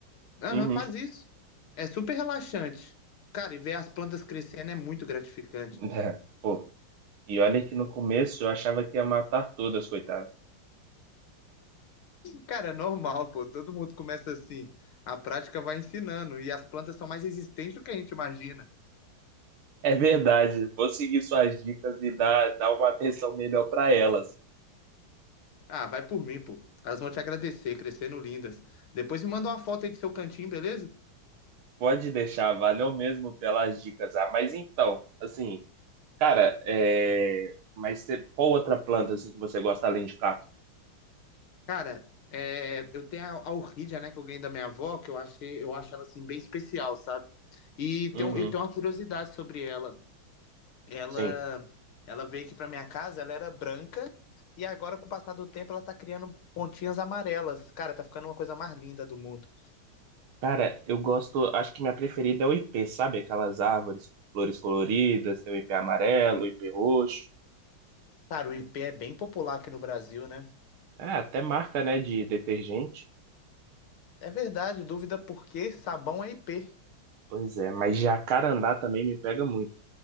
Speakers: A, on the left; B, on the right.
A: Aham,
B: Uhum.
A: faz
B: <laughs>
A: isso. É super relaxante. Cara, e ver as plantas crescendo é muito gratificante.
B: É. Pô, E olha que no começo eu achava que ia matar todas, coitada.
A: Cara, é normal, pô. Todo mundo começa assim. A prática vai ensinando. E as plantas são mais resistentes do que a gente imagina.
B: É verdade, vou seguir suas dicas e dar, dar uma atenção melhor para elas.
A: Ah, vai por mim, pô. Elas vão te agradecer, crescendo lindas. Depois me manda uma foto aí do seu cantinho, beleza?
B: Pode deixar, valeu mesmo pelas dicas. Ah, mas então, assim, cara, é... mas cê- qual outra planta assim que você gosta além de cacto?
A: Cara, é, eu tenho a, a orquídea, né, que eu ganhei da minha avó, que eu achei, eu acho ela assim bem especial, sabe? E
B: Uhum,
A: tem, um- eu tenho uma curiosidade sobre ela. Ela,
B: sim.
A: ela veio aqui pra minha casa, ela era branca, e agora, com o passar do tempo, ela tá criando pontinhas amarelas. Cara, tá ficando uma coisa mais linda do mundo.
B: Cara, eu gosto, acho que minha preferida é o ipê, sabe? Aquelas árvores, flores coloridas, tem o ipê amarelo, o ipê roxo.
A: Cara, o IP é bem popular aqui no Brasil, né?
B: É, até marca, né, de detergente.
A: É verdade, dúvida por que sabão é IP.
B: Pois é, mas jacarandá também me pega muito.